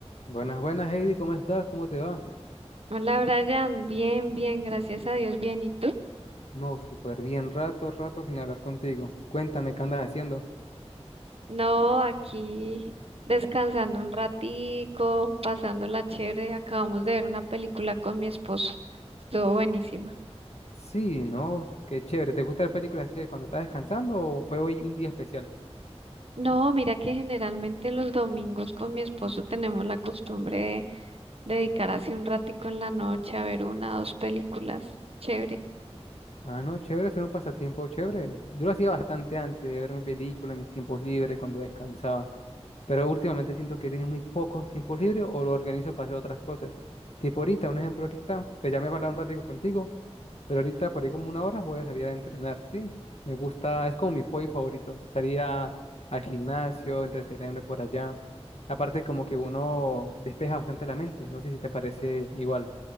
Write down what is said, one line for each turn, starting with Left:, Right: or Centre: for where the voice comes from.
Left: Buenas, buenas, Heidi, ¿cómo estás? ¿Cómo te va?
Right: Hola Brian, bien, bien, gracias a Dios, bien. ¿Y tú?
Left: No, súper bien, rato, rato sin hablar contigo. Cuéntame, ¿qué andas haciendo?
Right: No, aquí descansando un ratico, pasándola chévere. Acabamos de ver una película con mi esposo. Estuvo buenísima.
Left: Sí, no, qué chévere. ¿Te gustan las películas que cuando estás descansando o fue hoy un día especial?
Right: No, mira que generalmente los domingos con mi esposo tenemos la costumbre de dedicar así un ratico en la noche a ver una o dos películas. Chévere.
Left: Ah, no, chévere, ser un pasatiempo chévere. Yo lo hacía bastante antes de verme películas en mis tiempos libres, cuando descansaba. Pero últimamente siento que he tenido muy pocos tiempos libres o lo organizo para hacer otras cosas. Tipo ahorita, un ejemplo ahorita, te llamé para hablar un ratico contigo Pero ahorita por ahí como una hora voy a salir a entrenar, sí. Me gusta, es como mi hobby favorito. Salir a- al gimnasio, entretenerme por allá. Aparte como que uno despeja bastante la mente. No sé si te parece igual.